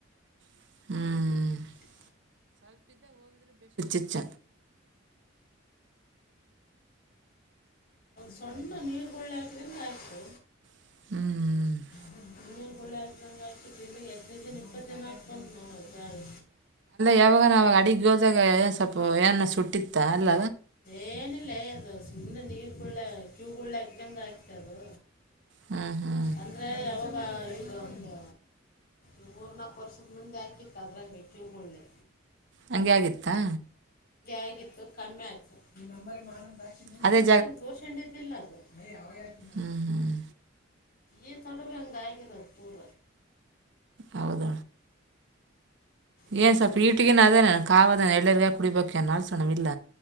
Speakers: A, on the right; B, on the left.
A: ಹ್ಮ್
B: <inaudible>
A: ಚುಚ್ಚ
B: ಸಣ್ಣ ನೀರ್ ಗಳ್ಳೆ ಹಾಕಿದಂದ ಆಯ್ತು
A: ಹ್ಮ್್ಮ
B: ನೀರ್ ಕಳ್ಳೆ ಆಕಂಗಗೆ ಆಕ ಇಲ್ಲಿಗೆ ಹತ್ತನೇ ದಿನ ಇಪ್ಪತ್ತು ದಿನ ಆಕ್ ಬಂತತ್ ನೋಡ ಬಾಳಿ
A: ಯಾವಾಗ ನಾ ಅಡಿ ಗೋದ ಸಪ್ಪ ಏನ ಸುಟ್ಟಿತ್ತ ಅಲ್ಲ
B: ಏನಿಲ್ಲ ಅದು ಸುಮ್ಮನೆ ನೀರ್ ಕುುಳ್ಳ ಕ್ಯೂ ಗುಳ್ಳ ಹಾಕದಂಗ ಆಕ್ತ ಅದು
A: ಹ್ಞೂ ಹ್ಞೂ
B: ಅಂದ್ರೆ ಯಾವಾಗ ಈಗ ಒಂದು ಈ ಮೂರ್ ನಾಕು ವರ್ಷದ ಮುಂದೆ ಆಾಕಿತ್ತು ಅದ್ರಂಗೆ ಕಿವಗಳೆ
A: ಹಂಗ ಆಗಿತ್ತಾ
B: ಆಗಿತ್ತು ಕಮ್ಮಿ ಆಯ್ತು ಈ ನಂಬರಿ ಮಾಡಂದ
A: ಅದೇ
B: ಅ್ರ ದೋಷ ಹಂಡಿದ್ದಿಲ್ಲ ಅದು ಅಯ್ಯ ಅವ ಯಾಕೆ ನಂಗೆ
A: ಹ್ಮ್ ಹ್ಮ್
B: ಈ ತಡುುವ ಹಂಗ ಆಗಿರೋದು ಪೂರ
A: ಹೌದ
B: ಈ
A: ಏನ್ ಸ
B: ತಗಲ
A: ವೀಟಿಗೆ
B: ಹೆಂಗೆ
A: ನ ಅದೇ ನನ್ ಕಾವದ ಎಳ್ಳರ್ಗಾ ಕುಡಿ ಪೋಕ ನಾಸಣವ ಇಲ್ಲ